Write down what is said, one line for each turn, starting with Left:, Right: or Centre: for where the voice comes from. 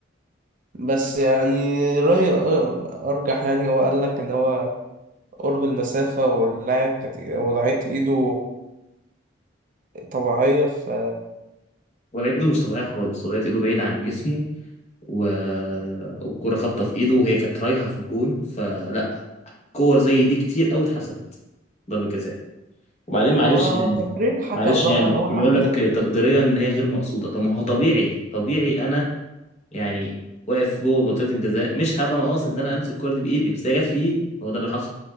Right: بس يعني رأيي الأر- أرجح يعني هو قال لك إن هو قرب المسافة واللاعب كانت وضعية إيده طبيعية ف
Left: ولقيت ايده مش طبيعية خالص ولقيت ايده بعيدة عن جسمه و... والكرة خابطة في ايده وهي كانت رايحة في الجون فلا كور زي دي كتير قوي اتحسبت ضربة جزاء وبعدين معلش
Right: ما
Left: يعني
Right: تقرير الحكم
Left: معلش
Right: بقى
Left: يعني لا.
Right: هو
Left: بيقول
Right: حكم
Left: لك
Right: تقدير
Left: تقديريا ان هي غير مقصوده طب ما هو طبيعي طبيعي انا يعني واقف جوه منطقه الجزاء مش هبقى قاصد ان انا امسك الكوره دي بايدي بس هي جت في ايدي هو ده اللي حصل